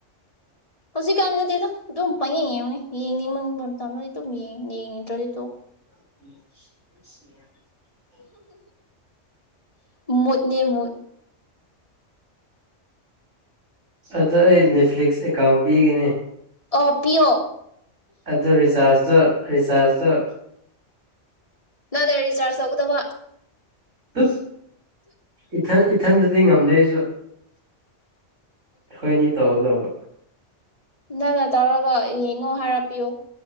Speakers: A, on the left; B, on the right.
A: ꯍꯧꯖꯤꯛ ꯀꯥꯟꯅꯗꯤ ꯗꯨꯝ ꯄꯪꯌꯦꯡ ꯌꯦꯡꯕꯅꯤ ꯌꯦꯅꯤꯡꯕꯃ ꯄꯨꯗ ꯑꯗꯨꯝ ꯌꯦꯡꯉ ꯌꯦꯡꯅꯤꯇ꯭ꯔꯗꯤ ꯇꯣ
B: ꯎ <unintelligible>
A: ꯃꯠꯅꯦ ꯃꯗ
B: ꯑꯗ ꯑꯩ ꯅꯦꯠꯐ꯭ꯂꯤꯛꯁ ꯑꯦꯀꯥꯎꯟ ꯄꯤꯒꯅꯤ
A: ꯑꯣ ꯄꯤꯌꯣ
B: ꯑꯗꯨꯗꯣ ꯔꯤ ꯆꯇ ꯔꯤꯆꯥꯥꯖ ꯇ
A: ꯅꯥꯟꯦ ꯆꯥꯔꯁꯒꯗꯕ
B: ꯑ ꯏꯊꯦ ꯏ ꯏꯊꯟꯗꯗꯤ ꯉꯝꯗꯦꯁꯨ ꯍꯣꯏ ꯅ ꯇꯣ ꯍꯒꯕ
A: ꯅꯪ ꯅ ꯇꯧꯔꯒ ꯌꯦꯡꯉꯣ ꯍꯥꯏꯔꯛꯄꯤꯌꯨ